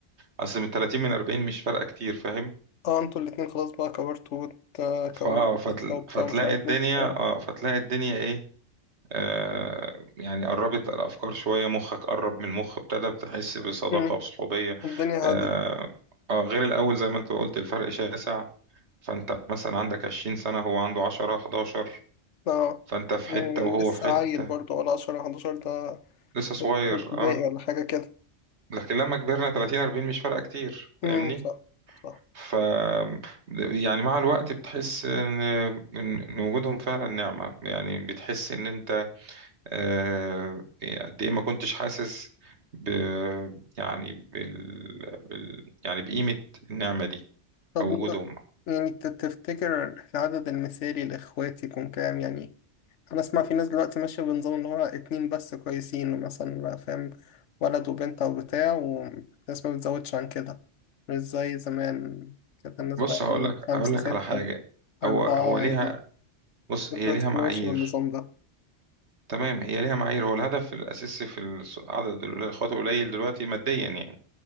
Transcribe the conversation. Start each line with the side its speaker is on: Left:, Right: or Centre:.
Right: اصل من 30 من 40 مش فارقه كتير فاهم
Left: اه انتوا الاتنين خلاص بقى كبرتوا وكونتوا
Right: فاه فتل...
Left: أسرة وبتاع
Right: فتلاقي
Left: مش عارف
Right: الدنيا
Left: ايه بتاع
Right: اه فتلاقي الدنيا ايه آه يعني قربت الافكار شويه مخك قرب من المخ ابتدى بتحس بصداقه
Left: امم
Right: بصحوبيه
Left: الدنيا هادت
Right: آه, اه غير الاول زي ما انت قلت الفرق شاسع فانت مثلا عندك 20 سنه هو عنده 10 11
Left: اه
Right: فانت في
Left: يعني
Right: حته وهو
Left: لسه
Right: في حته
Left: عيل برضه ولا 10 11 ده
Right: لسه صغير
Left: في ابتدائي
Right: اه
Left: ولا حاجة كده
Right: لكن لما كبرنا 30 40 مش فارقه كتير فاهمني
Left: امم صح صح
Right: ف يعني مع الوقت بتحس ان ان إن وجودهم فعلا نعمه يعني بتحس ان انت آه، إيه، قد ايه ما كنتش حاسس ب يعني بال... بال يعني بقيمة النعمة دي
Left: طب
Right: او وجودهم
Left: انت يعني ت- تفتكر العدد المثالي لإخواتي يكون كام يعني أنا أسمع في ناس دلوقتي ماشية بنظام إن هو اتنين بس كويسين مثلا بقى فاهم ولد وبنت أو بتاع والناس ما بتزودش عن كده مش زي زمان كانت الناس
Right: بص
Left: بقى
Right: هقول
Left: إيه
Right: لك
Left: خمسة
Right: هقول لك
Left: ستة
Right: على حاجة
Left: أربعة
Right: هو هو
Left: عادي
Right: ليها بص هي
Left: دلوقتي
Right: ليها معايير
Left: ماشي النظام ده
Right: تمام هي ليها معايير هو الهدف الأساسي في الس- عدد الإخوات القليل دلوقتي ماديا يعني